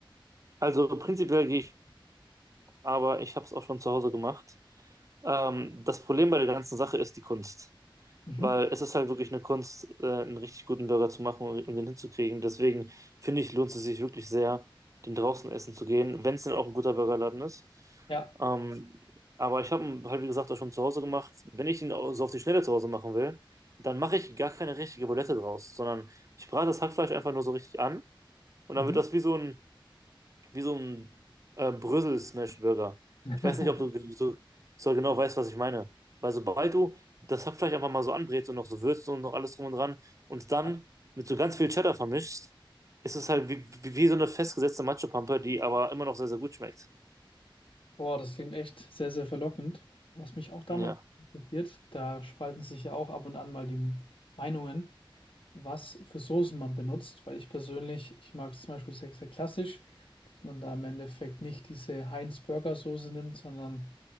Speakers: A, on the right; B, on the left.
A: Also prinzipiell gehe ich, aber ich habe es auch schon zu Hause gemacht. Ähm, das Problem bei der ganzen Sache ist die Kunst,
B: Mhm.
A: weil es ist halt wirklich eine Kunst, äh, einen richtig guten Burger zu machen und, und den hinzukriegen. Deswegen finde ich, lohnt es sich wirklich sehr, den draußen essen zu gehen, wenn es denn auch ein guter Burgerladen ist.
B: Ja.
A: Ähm, aber ich habe ihn halt, wie gesagt, auch schon zu Hause gemacht. Wenn ich ihn auch so auf die Schnelle zu Hause machen will, dann mache ich gar keine richtige Bulette draus, sondern ich brate das Hackfleisch einfach nur so richtig an und
B: Mhm.
A: dann wird das wie so ein wie so ein äh, Brösel-Smash-Burger.
B: <laughs>
A: Ich weiß nicht, ob du so, so genau weißt, was ich meine. Weil sobald du das Hackfleisch einfach mal so anbrätst und noch so würzt und noch alles drum und dran und dann
B: Ja.
A: mit so ganz viel Cheddar vermischst, ist es halt wie, wie, wie so eine festgesetzte Matschepampe, die aber immer noch sehr, sehr gut schmeckt.
B: Boah, das klingt echt sehr, sehr verlockend. Was mich auch damals
A: Ja.
B: interessiert, da spalten sich ja auch ab und an mal die Meinungen, was für Soßen man benutzt, weil ich persönlich, ich mag es zum Beispiel sehr, sehr klassisch, dass man da im Endeffekt nicht diese Heinz-Burger-Soße nimmt, sondern